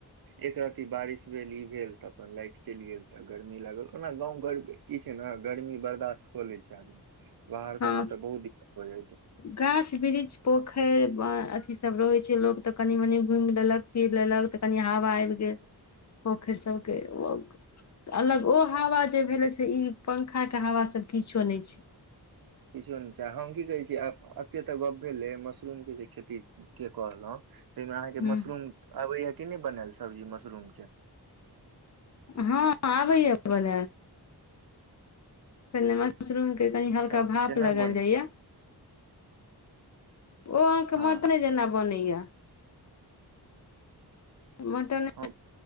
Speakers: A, on the right; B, on the left.
A: एक रती बारिश भेल ई भेल तऽ अपन लाइट चलि गेल तऽ गर्मी लागल ओना गाँंव घर क छै ने गर्मी बर्दाास्त हो ले छै आदमी। बाहर
B: हँ
A: सबमे तऽ बहुत दिक्कत भऽ जाइ छै
B: गाछ बृीच पोखरि ब अथी सभ रहै छै लोक तऽ कनि मनि घुमि लेलक फिर लेलक तऽ कनि हवा आबि गेल पोखरि सभके ओ अलग ओ हवा जे भेलै से ई पंखाके हवा सभ किछो नहि छै।
A: किछो नहि छै हम की कहै छी एतेक तऽ गप्प भेलै मशरूमके जे खेती के कहलहुँ ताहिमे मे अहाँके
B: हूँ
A: मशरूम आबैया के नहि बनाल सब्जी मशरूम के।
B: हँ आबैय बोल क म मशरूम कनी हल्का
A: तऽ
B: भाप
A: केना
B: लगल
A: बनै
B: जाइया।
A: छै
B: ओ आ क
A: हँ
B: मट नहि देना बनय। मटन
A: हँ